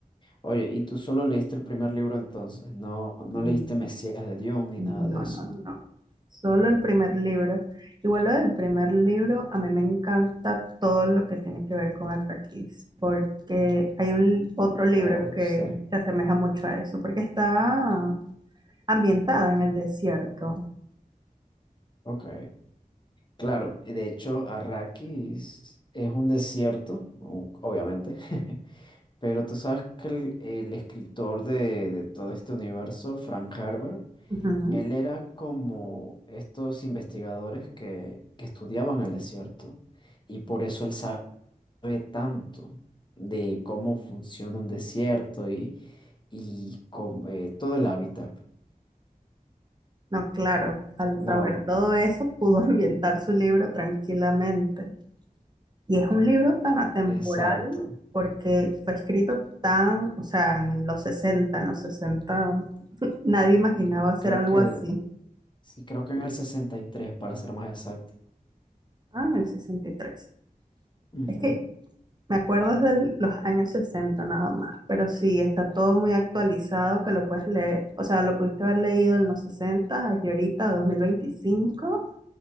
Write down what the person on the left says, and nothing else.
Oye, ¿y tú solo leíste el primer libro entonces? No, no
leíste Mesías de Dion ni
nada de eso.
Oh,
sí.
Ok. Claro, y de hecho, Arrakis es un desierto, u- obviamente, <laughs> Pero tú sabes que el, el escritor de, de todo este universo, Frank Herbert,
él era como estos investigadores que, que estudiaban el desierto. Y por eso él sabe tanto de cómo funciona un desierto y, y cómo, eh, todo el hábitat.
No,
exacto.
Creo,
creo
que el,
sí, creo que en el 63 para ser más exactos.
Ujú.